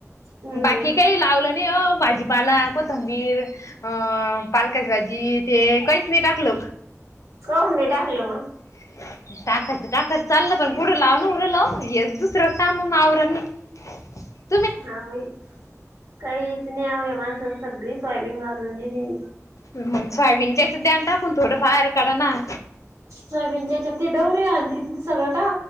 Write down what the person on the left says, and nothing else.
बाकी काही लावलं नाही ओ भाजीपाला, कोथंबीर अ पालकाची भाजी ते कहीच नई टाकल
<inaudible> टाकात टाकत चाललं पण पुढं लाव ना उढं लाव ये दुसरं काम आवर. <inaudible>
मग सोयबीनच्या अस ध्यान टाकुन थोडं बाहेर काढ ना.